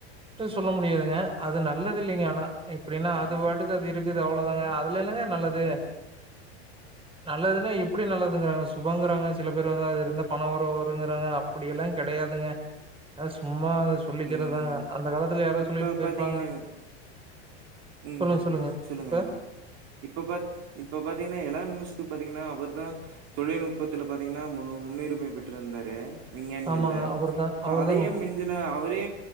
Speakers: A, on the right; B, on the right.
A: ன்ட்டு சொல்ல முடியாதுங்க அது நல்லது இல்லைங்க ஆனா எப்டின்னா அது பாட்டுக்கு அது இருக்கு அவ்ளோ தாங்க அதுல என்னங்க நல்லது நல்லதுன்னா எப்டி நல்லதுங்றாங்க சுபங்றாங்க சில பேர் வந்து அது இருந்தா பண வரவு வருங்றாங்க அப்டி எல்லா கெடையாதுங்க அது சும்மா சொல்லிக்கிறதாங்க
B: ம்.
A: அந்த காலத்துல யாரோ
B: இப்ப
A: சொல்ட்டு போயிருப்பாங்க
B: பாத்தீங்கன்னு ம்
A: சொல்லுங்க
B: சொல்லுங்க
A: இப்ப
B: இப்ப பாத் இப்ப பாத்திங்கன்னா <unintelligible> நிமிஸ்க்கு பாத்திங்கன்னா அவுர்தா தொழில்நுட்பத்துல பாத்திங்கன்னா முன் முன்னுரிமை பெற்றிருந்தாரு விஞ்ஞானிகள்ல
A: ஆமாங்க அவர் தா
B: இப்ப
A: அவர்
B: அதே
A: தாங்க
B: மிஞ்சி துல அவரே